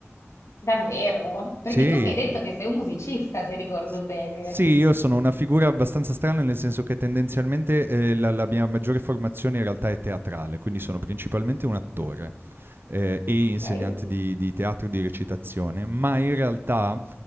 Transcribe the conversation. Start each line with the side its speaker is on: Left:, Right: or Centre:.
Left: Davvero? Perché
Right: Sì.
Left: tu mi hai detto che sei un musicista, se ricordo
Right: S
Left: bene.
Right: sì, io sono una figura abbastanza strana, nel senso che tendenzialmente, ehm, la la mia maggiore formazione in realtà è teatrale, quindi sono principalmente un attore, ehm, e
Left: Ok,
Right: insegnante di di teatro e di recitazione, ma in realtà